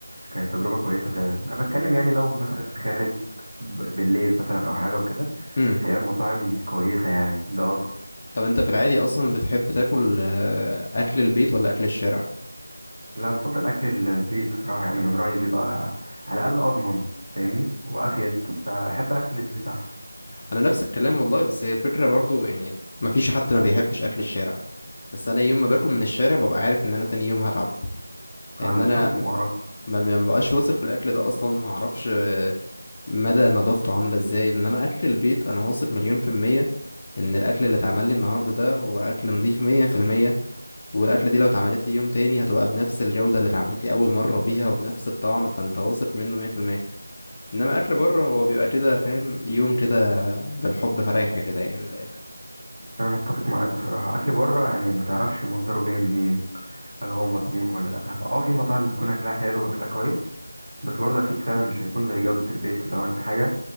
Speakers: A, on the right (about 55°); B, on the left (about 25°).
A: كانت تجربة كويسة فعلا انا بتكلم يعني لو مثلا خارج ب- بالليل مثلا او حاجة وكده
B: امم
A: فهي المطاعم كويسة يعني ده قصدي
B: طب انت في العادي اصلا بتحب تاكل آه، اكل البيت ولا اكل الشارع
A: لا بفضل اكل ال- البيت بصراحه يعني من رايي بيبقى على الاقل اضمن فاهمني وافيد فاحب اكل البيت احسن
B: انا نفس الكلام والله بس هي الفكره برضو يعني مفيش حد ما بيحبش اكل الشارع بس انا يوم ما باكل من الشارع ببقى عارف ان انا تاني يوم هتعب لان
A: انا متفق
B: انا م-
A: معاك
B: ما ما ببقاش واثق في الاكل ده اصلا ما اعرفش آه، مدى نظافته عامله ازاي انما اكل البيت انا واثق مليون في الميه ان الاكل اللي اتعمل لي النهارده ده هو اكل نظيف مية في المية والاكله دي لو اتعملت لي يوم تاني هتبقى بنفس الجوده اللي اتعملت لي اول مره بيها وبنفس الطعم فانت واثق منه مية في المية انما اكل بره هو بيبقى كده فاهم يوم كده بالحب فرايح كده يعني من الاخر
A: انا متفق معاك بصراحه اكل بره يعني ما تعرفش مصدره جاي منين هل هو مضمون ولا لا اه في مطاعم بيكون اكلها حلو واكلها كويس بس برضه اكيد فعلا مش هيكون زي جوده البيت لو انت حاجه